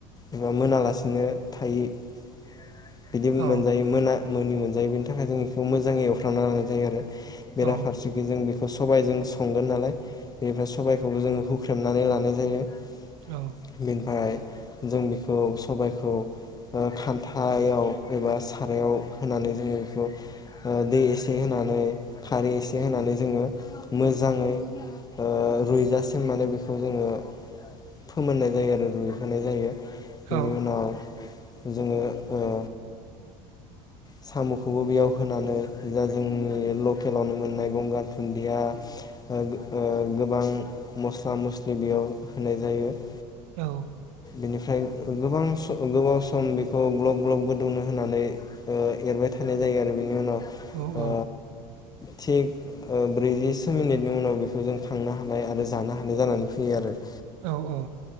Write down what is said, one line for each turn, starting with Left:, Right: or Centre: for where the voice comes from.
Left: एबा मोनालासिनो थायि <inaudible> बिदिबो
Right: औ
Left: मोनजायो मोना <inaudible> मोनि मोनजायो बेनि थाखाय जों इखौ मोजाङै एवफ्रामना लानाय जायो आरो। <inaudible> बेराफारसेखि
Right: औ
Left: जों बेख <inaudible> सबाय जों संगोन नालाय बेनिफ्राय सबायखौबो जोङो हुख्रेमनानै लानाय जायो।
Right: औ
Left: <inaudible> बिनिफाय <inaudible> जों बेखौ सबायखौ ओ खान्थायाव एबा सारायाव होनानै जोङो बेखौ ओ दै एसे होनानै खारै एसे होनानै जोङो <inaudible> मोजाङै ओ रुइजासिम माने बेखौ जोङो फोमोननाय जायो आरो रुइहोनाय जायो। <inaudible> बिनि
Right: औ
Left: उनाव <inaudible> जोङो ओ <inaudible> साम'खौबो बेयाव होनानै जा जोंनि लकेलावनो मोननाय गंगार थुन्दिया ओग ओ गोबां मस्ला मस्लि बेयाव होनाय जायो। <inaudible>
Right: औ।
Left: बेनिफ्राय गोबां स गोबाव सम बेखौ ग्लब ग्लब गोदौनो होनानै ओ एरबाय थानाय जायो आरो बेनि उनाव <inaudible>
Right: औ
Left: ओ
Right: औ।
Left: थिग ओ ब्रैजिसो मिनिटनि उनाव बेखौ जों खांनो हानाय आरो जानो हानाय जानानै फैयो आरो। <inaudible>
Right: औ औ।